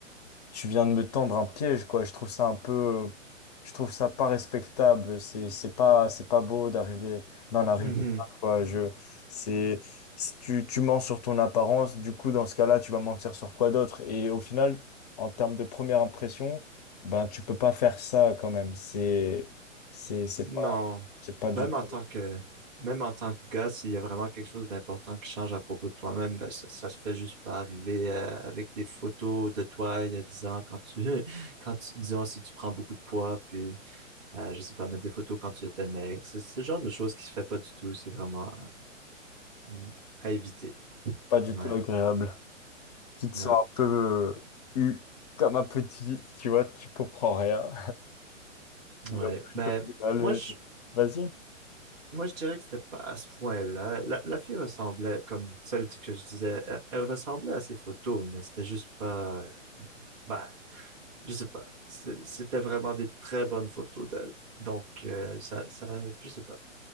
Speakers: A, on the left; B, on the right.
A: tu viens de me tendre un piège, quoi. Je trouve ça un peu, je trouve ça pas respectable. C'est, c'est pas, c'est pas beau d'arriver, d'en arriver
B: <laughs>
A: là, quoi. Je, c'est, si tu, tu mens sur ton apparence. Du coup, dans ce cas-là, tu vas mentir sur quoi d'autre? Et au final, en termes de première impression, ben, tu peux pas faire ça quand même. C'est, c'est, c'est
B: Non.
A: pas, c'est pas du
B: Même
A: tout,
B: en tant que, même en tant que gars, s'il y a vraiment quelque chose d'important qui change à propos de toi-même, ben, ça, ça se fait juste pas arriver euh, avec des photos de toi il y a 10 ans quand tu, <laughs> quand tu, disons, si tu prends beaucoup de poids, puis, euh, je sais pas, mettre des photos quand tu étais maigre. C'est c'est le genre de choses qui se fait pas du tout. C'est vraiment euh, à éviter.
A: pas du
B: Ouais.
A: tout agréable. Tu te
B: Non.
A: sens un peu euh, eu comme un petit, tu vois, tu comprends rien. Mais
B: Ouais.
A: au plutôt
B: ben
A: je-
B: moi, je,
A: Vas-y.
B: Moi, je dirais que c'était pas à ce point-là. La, la fille ressemblait, comme celle que je disais, elle, elle ressemblait à ses photos, mais c'était juste pas, Bah, je sais pas. C'est- C'était vraiment des très bonnes photos d'elle. Donc, euh, ça, ça, je sais pas.